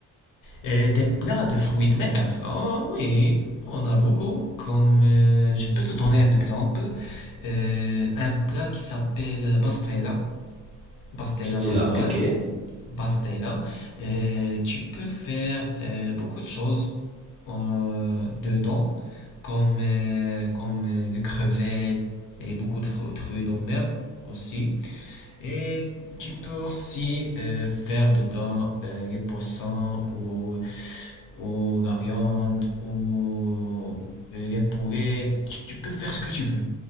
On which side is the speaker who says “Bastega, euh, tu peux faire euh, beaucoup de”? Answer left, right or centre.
Left